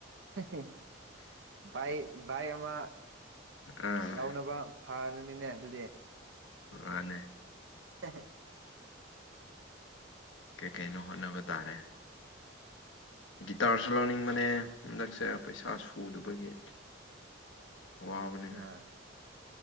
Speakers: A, on the right (about 65°); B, on the left (about 75°).
A: ꯍꯦ ꯍꯦ ꯕꯥꯏ ꯕꯥꯏꯛ ꯑꯃ
B: ꯑꯥ
A: ꯂꯧꯅꯕ ꯐꯅꯤ ꯅꯤꯅꯦ ꯑꯗꯨꯗꯤ
B: ꯃꯥꯅꯦ
A: ꯍꯦꯍꯦ
B: ꯀꯩ ꯀꯩꯅꯣ ꯍꯣꯠꯅꯕ ꯇꯥꯔꯦ ꯒꯤꯇꯥꯔ ꯨ ꯁꯨ ꯂꯧꯅꯤꯡꯕꯅꯦ ꯍꯟꯗꯛꯁꯦ ꯄꯩꯁꯥ ꯁꯨꯗꯕꯒꯤ ꯋꯥꯕꯅꯦ
A: ꯑꯥ